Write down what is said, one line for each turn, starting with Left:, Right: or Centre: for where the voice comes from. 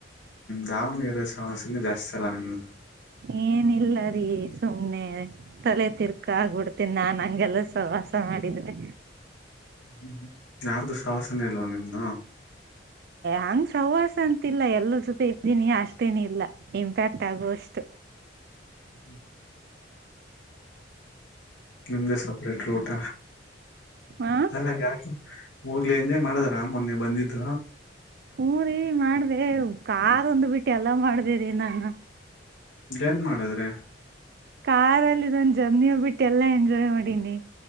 Left: ದಾವಣಗೆರ ಸಮಸ್ಯಿಂದ ಜಾಸ್ತಿ ತಲ್ಲ ನಿ
Right: ಏನಿಲ್ಲರಿೀ ಸುಮ್ನೆ ತಲೆ ತಿರ್ಕ ಆಗ್ಬಿಡ್ತೇನಿ ನಾನ್ ಹಂಗೆಲ್ಲ ಸವಾಸ ಮಾಡಿದ್ರೆ
Left: ಹ್ಮ್ ಯಾರ್ದು ಶವಾಸನೆ ಇಲ್ವಾ ನಿಮ್ದ
Right: ಹಂಗ್ ಸವಾಸ ಅಂತಿಲ್ಲ ಎಲ್ಲರ ಜೊತೆ ಇದ್ದೀನಿ ಅಷ್ಟತೇನ ಇಲ್ಲ ಇಂಪ್ಯಾಕ್ಟ್ ಆಗುವಷ್ಟು
Left: ಹ್ಮ ಹ್ಮ್ ಎಂದ ಸೆಪರೇಟ್ ರೂಟ
Right: ಹ
Left: ಅಲ್ಲ ಯಾಕು ಹೋಗ್ಲಿ ಎಂಜಾಯಯ್ ಮಾಡದ್ರ ಮೊನ್ನೆ ಬಂದಿದ್ದ
Right: ಹಊರಿೀ ಮಾಡ್ದೆ ಕಾದೊಂದು್ ಬಿಟ್ಟು ಎಲ್ಲ ಮಾಡ್ದೇರಿಿ ನಾನು
Left: ಇದೇನ್ ಮಾಡದ್ರಿ
Right: ಕಾರಲ್ಲಿ ಇದಂದು ಜರ್ನಿೋಗ್ಬಿಟ್ಟು ಎಲ್ಲಾ ಎಂಜಾಯ್ ಮಾಡನಿ